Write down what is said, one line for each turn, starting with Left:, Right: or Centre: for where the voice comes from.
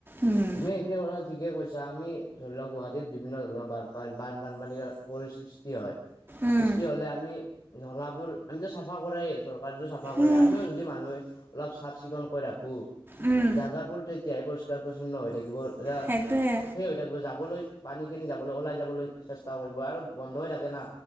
Right: উম,
Left: তুমি এইখিনি কথা ঠিকে কৈছা। আমি ধৰি লওঁক, গুৱাহাটীত বিভিন্ন ধৰণৰ বানপানী, বান, বানপানীৰ পৰিসৃষ্টি হয়।
Right: উম,
Left: সৃষ্টি হ'লে আমি নলাবোৰ, আমিটো চাফা কৰোৱেই, চৰকাৰ টো চফা কৰেই,
Right: উম,
Left: আমিও যদি মানুহে অলপ চাফ চিকুণকৈ ৰাখোঁ
Right: উম,
Left: জাগাবোৰ তেতিয়াহে পৰিষ্কাৰ, পৰিচ্ছন্ন হৈ থাকিব,
Right: সেইটোৱে
Left: সেই যাবলৈ, পানী খিনি যাবলৈ, ওলাই যাবলৈ চেষ্টা কৰিব আৰু বন্ধ হৈ থাকে না।